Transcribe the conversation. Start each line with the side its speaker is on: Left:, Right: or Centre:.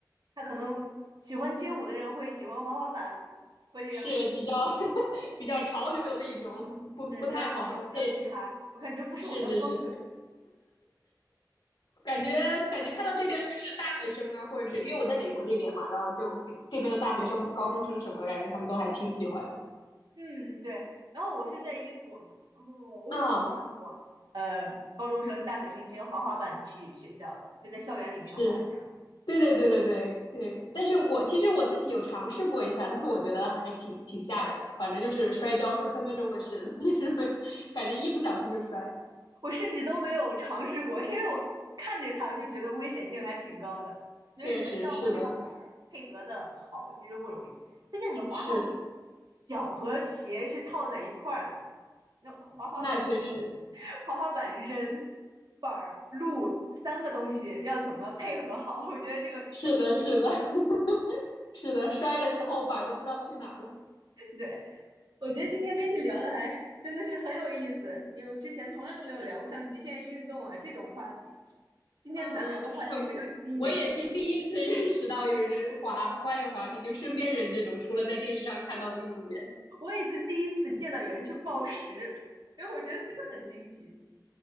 Right: 他可能喜欢街舞的人会喜欢滑滑板，
Left: <laughs>
Right: 会这样吗？
Left: 是比较 <laughs> 比较潮流的一种，不不太好。
Right: 对，比较潮流，比较嘻哈，
Left: 对，
Right: 我感觉不是我的风格。
Left: 是是是，感觉感觉看到这边的就是大学生啊，或者是因为我在美国这边嘛，然后就跟这边的大学生、高中生什么的，感觉他们都还挺喜欢的。
Right: 嗯，对。然后我是在英国嘛，然后我有见过，
Left: 啊，
Right: 呃，高中生、大学生直接滑滑板去学校的，就在校园里面滑这样子。
Left: 是，对对对对对对。但是我其实我自己有尝试过一下，但是我觉得还挺挺吓人的。反正就是摔跤是分分钟的事，<laughs> 就是会感觉一不小心就摔。
Right: 我甚至都没有尝试过，因为我看着它，我就觉得危险性还挺高的，
Left: 确实是的，
Right: 要和那个板儿配合的好，其实不容易。毕竟你滑旱冰，
Left: 是。
Right: 脚和鞋是套在一块儿的嘛，那滑滑板，
Left: 那确实
Right: <laughs> 滑滑板人。板儿、路三个东西要怎么配合好？我觉得这个难度挺高的。
Left: 是的，是的，<laughs> 是的，摔的时候板儿都不知道去哪儿了。
Right: 对，我觉得今天跟你聊的还真的是很有意思，因为我之前从来都没有聊过像极限运动啊这种话题。
Left: 嗯，是的，是的，
Right: 今天咱聊的话题非常新颖，
Left: 啊，是我我也是第一次 <laughs> 认识到有人滑花样滑冰，就身边人这种，除了在电视上看到的运动员。
Right: 我也是第一次见到有人去暴食，<laughs> 因为我觉得真的很新奇。